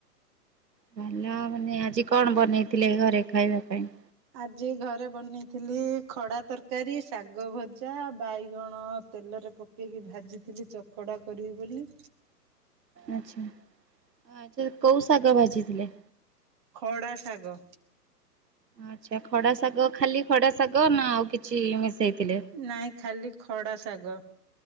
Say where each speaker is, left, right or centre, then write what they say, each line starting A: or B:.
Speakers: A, on the right; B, on the right.
A: ଭଲ ମାନେ ଆଜି କଣ ବନେଇଥିଲେ ଘରେ ଖାଇବା ପାଇଁ?
B: ଆଜି ଘରେ ବନେଇଥିଲି ଖଡ଼ା ତରକାରୀ, ଶାଗ ଭଜା, ବାଇଗଣ ତେଲରେ ପ କେଇକି ଭାଜିଥିଲି ଚକଡ଼ା କରିବି ବୋଲି।
A: ଆ୍ଛା ଆଛା କୋଉ ଶାଗ ଭାଜିଥିଲେ?
B: ଖଡ଼ା ଶାଗ।
A: ଆ୍ଛଛା ଖଡା ଶାଗ ଖାଲି ଖଡା ଶାଗ ନା ଆଉ କିଛି ମିଶେଇଥିଲେ?
B: ନାଇଁ ଖାଲି ଖଡ଼ା ଶାଗ।